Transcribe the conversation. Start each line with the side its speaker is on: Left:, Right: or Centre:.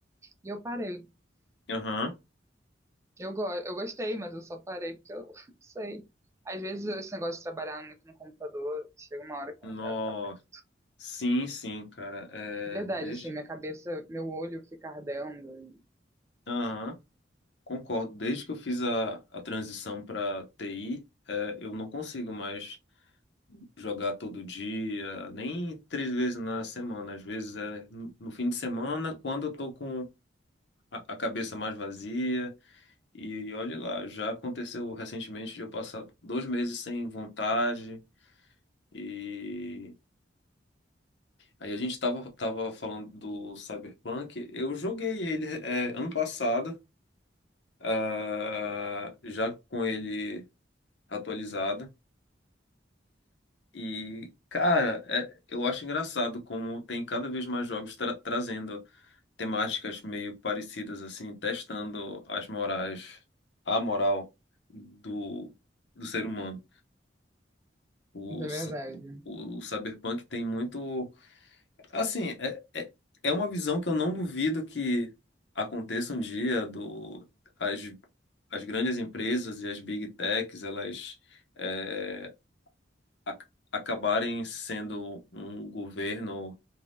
Right: e eu parei.
Left: Aham.
Right: Eu, go eu gostei, mas eu só parei porque eu <laughs> não sei. Às vezes esse negócio de trabalhar muito no computador, chega uma hora que
Left: Nossa.
Right: eu não quero ficar perto.
Left: Sim, sim, cara. É,
Right: De verdade,
Left: desde.
Right: assim, minha cabeça, meu olho fica ardendo.
Left: Aham. Concordo. Desde que eu fiz a, a transição para TI, é, eu não consigo mais jogar todo dia, nem três vezes na semana. Às vezes é no no fim de semana, quando eu tô com a, a cabeça mais vazia. E, olha lá, já aconteceu recentemente de eu passar dois meses sem vontade. E Aí a gente tava, tava falando do Cyberpunk. Eu joguei ele é, ano passado, ah, já com ele atualizado. E, cara, é- eu acho engraçado como tem cada vez mais jogos tra- trazendo temáticas meio parecidas, assim, testando as morais, a moral do, do ser humano. O,
Right: Isso é
Left: c-
Right: verdade.
Left: o Cyberpunk tem muito. Assim, é, é, é uma visão que eu não duvido que aconteça um dia do as, as grandes empresas e as big techs elas é, a- acabarem sendo um governo